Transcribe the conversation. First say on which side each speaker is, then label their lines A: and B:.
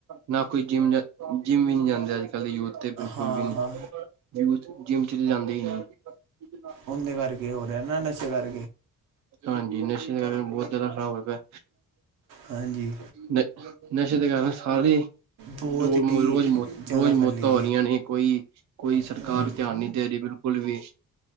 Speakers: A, on the right; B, on the right.
A: ਨਾ ਕੋਈ ਜਿੰਮ-ਜਿੰਮ ਵੀ ਨੀ ਜਾਂਦੇ, ਅੱਜ ਕੱਲ ਦੇ ਯੂਥ ਤੇ' ਬਿਲਕੁਲ
B: ਹਾਂ
A: ਵੀ ਨ,
B: ਹਾਂ
A: ਯੂਥ ਜਿੰਮ ਚ' ਜਾਂਦੇ ਹੀ ਨਹੀਂ
B: ਉਦੇ ਕਰਕੇ ਹੋ ਰਿਹਾ ਨਾ ਨਸ਼ੇ ਕਰਕੇ
A: ਹਾਂਜੀ ਨਸ਼ੇ ਦਾ ਕਾਰਨ ਬਹੁਤ ਜ਼ਿਆਦਾ ਖ਼ਰਾਬ ਹੋ ਪਿਆ
B: ਹਾਂਜੀ
A: ਨ' ਨਸ਼ੇ ਦੇ ਕਾਰਨ ਸਾਰੇ
B: ਬਹੁਤ
A: ਰ'
B: ਹੀ
A: ਰੋਜ਼ਤ
B: ਜ਼ਿਆਦਾ
A: ਰੋਜ਼ ਮੌਤਾਂ
B: ਫੈਲੀ
A: ਹੋ ਰਹੀਆਂ ਨੇ ਕੋਈ ਕੋਈ
B: ਦੀ
A: ਸਰਕਾਰ ਧਿਆਨ ਨਹੀ ਦੇ ਰਹੀ ਬਿਲਕੁਲ ਵੀ